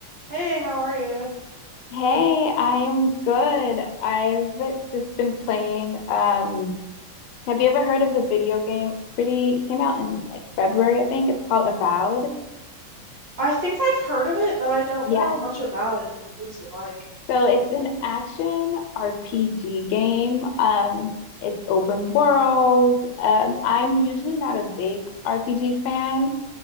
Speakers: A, on the right (about 65°); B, on the left (about 80°).
A: Hey, how are you?
B: Hey, I am good. I've just been playing. Um, have you ever heard of the video game? It's pretty, it came out in like February, I think. It's called Avowed.
A: I think I've heard of it, but I don't
B: Yeah.
A: know much about it. Like, what is it like?
B: So it's an action RPG game. Um, it's open world. Um, I'm usually not a big RPG fan,